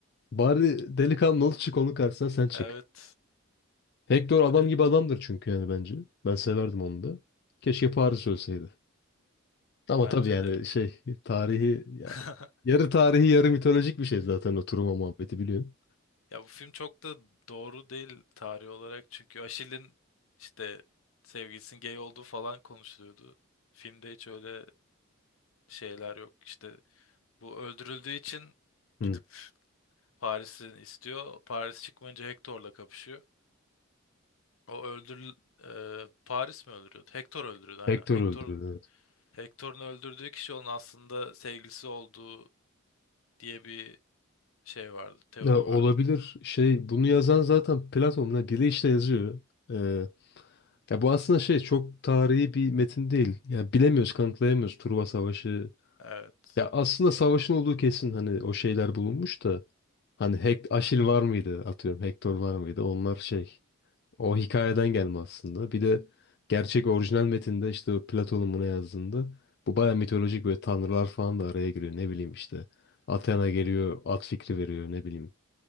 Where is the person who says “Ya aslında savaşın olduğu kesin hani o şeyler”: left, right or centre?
Left